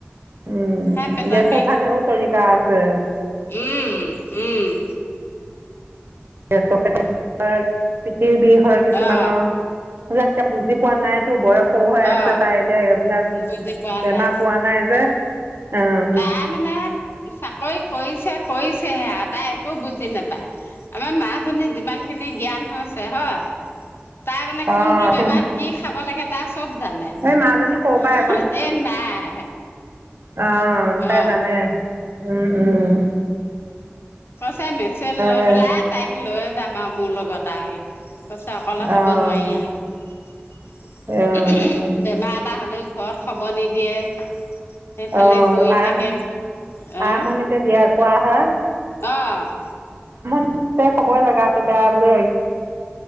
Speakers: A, on the right; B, on the left.
A: উম
B: খাই পেটৰ
A: গেছ
B: বিষ
A: চৌঠা দেউ তজি কা আছে,
B: উম উম।
A: গেছ পেট পিঠিৰ বিষ হয় কিছুমানৰ,
B: অ
A: সেইবিলাক এতিয়া বুজি পোৱা নাই। বয়সো হৈ আছে
B: অ
A: তাই এতিয়া এইবিলাক
B: বুজি পোৱা
A: বেমাৰ
B: নাই
A: পোৱা নাই যে৷ অ'।
B: তাই মানে চাকৰি কৰিছে কৰিছেহে আৰু তাই একো বুজ নাপায়, আমাৰ মাজনী যিমান খিনি জ্ঞান হৈছে হয়৷ তাৰ মানে
A: অঁ
B: কোনটো বেমাৰত কি খাব লাগে তাৰ চব জানে এ
A: এই মাজনী সৰু পৰাই
B: নাই
A: আহ তাই
B: অ
A: জানে৷উম উম।
B: কৈছে মেচেল লৈ
A: দে
B: পেলাই তাইক লৈয়ে যাম আৰু মোৰ লগত আৰু পাছে অকলে থব
A: অঁ
B: নোৱাৰি আ৷বেমাৰ
A: অঁ
B: এটা হলেও ঘৰত খবৰ নিদিয়ে৷ সেইফালে
A: অঁ
B: পৰি
A: আৰাম
B: থাকে৷ অ'।
A: আৰম্ভণিতে দিয়া কোৱা হয়
B: অ'।
A: <unintelligible> বেয়া বুলি